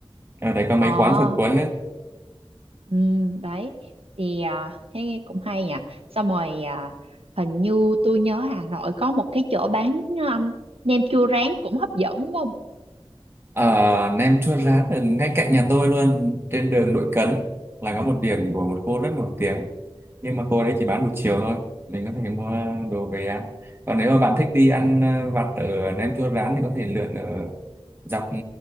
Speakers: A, on the right; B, on the right.
A: ở đây có
B: Ờ,
A: mấy quán phở cuốn ấy.
B: ừ, đấy. Thì à, thấy cũng hay nhỉ. Xong rồi à, hình như tôi nhớ Hà Nội có một cái chỗ bán um, nem chua rán cũng hấp dẫn đúng không?
A: ở nem chua rán ở ngay cạnh nhà tôi luôn trên đường Đội Cấn là có một điểm của một cô rất nổi tiếng nhưng mà cô đấy chỉ bán một chiều thôi mình có thể mua đồ về ăn còn nếu mà bạn thích đi ăn ờ, vặt ở Nem Chua Rán thì có thể lượn ở dọc ừ,